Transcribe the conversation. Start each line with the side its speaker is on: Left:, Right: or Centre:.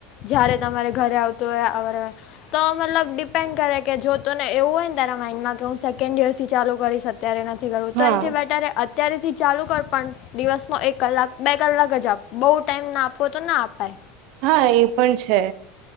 Left: જયારે તમારે ઘરે આવતું હોય <unintelligible> તો મતલબ ડિપેન્ડ કરે કે જો તુંને એવું હોય ને તાર માન્ડમાં કે હું સેકન્ડ ઈયરથી ચાલુ કરી શક અત્યારે નથી કરવું તો
Right: હા
Left: એથી બેટરે અત્યારેથી ચાલુ કર પણ દિવસનો એક કલાક. બે કલાક જ આપો બહુ ટાઈમ ના આપવો તો ના અપાય.
Right: હા એ પણ છે.